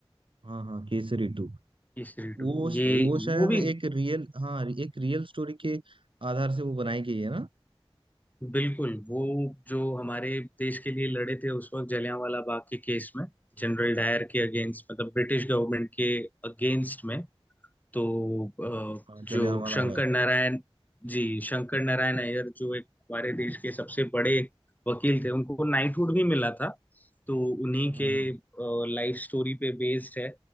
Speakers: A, on the right; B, on the left.
A: हाँ हाँ केसरी टू
B: Kesari
A: वो
B: two ये
A: वो शायद
B: वो भी
A: एक रियल हाँ एक रियल स्टोरी के आधार से वो बनाई गई है ना
B: बिल्कुल वो जो हमारे देश के लिए लड़े थे उस वक्त जलियांवाला बाग के केस में जनरल डायर के अगेंस्ट मतलब ब्रिटिश गवर्नमेंट के अगेंस्ट में तो अ,
A: हाँ, जलियांवाला
B: जो शंकर
A: बाग
B: नारायण जी शंकर नारायण अय्यर जो एक हमारे देश के सबसे बड़े वकील थे उनको नाइटहुड भी मिला था तो
A: अच्छा,
B: उन्हीं के
A: हाँ हाँ
B: लाइफ स्टोरी पे बेस्ड है